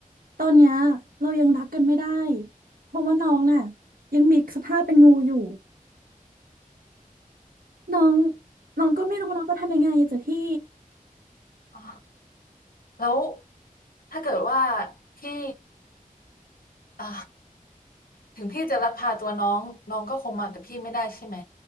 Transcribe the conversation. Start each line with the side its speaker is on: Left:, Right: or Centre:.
Right: ตอนเนี้ยเรายังรักกันไม่ได้เพราะว่าน้องน่ะยังมีสภาพเป็นงูอยู่น้องน้องก็ไม่รู้ว่าน้องจะทำยังไงอะจ้ะพี่
Left: อ๋อแล้วถ้าเกิดว่าพี่อ่า ถึงพี่จะลักพาตัวน้องน้องก็คงมากับพี่ไม่ได้ใช่ไหม